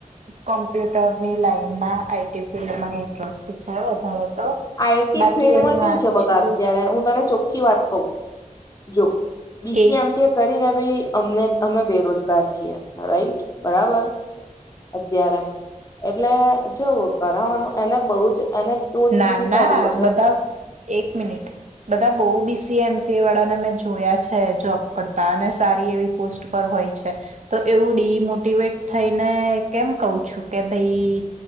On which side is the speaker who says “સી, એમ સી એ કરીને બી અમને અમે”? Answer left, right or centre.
Left